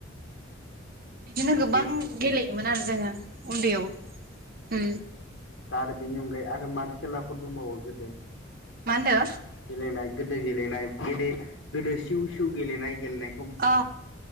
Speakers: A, on the right; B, on the left.
A: बिदिनो
B: आरो
A: गोबां गेलेयोमोन आरो जोङो उन्दैयाव उम
B: दा आरो बेनि अनगायै आरो माद खेलाफोर दंबावो गोदो
A: मा होनदो
B: गेलेनाय गोदो गेलेनाय गोदो गोदो सिउ सि गेलेनाय गेलेनाय
A: औ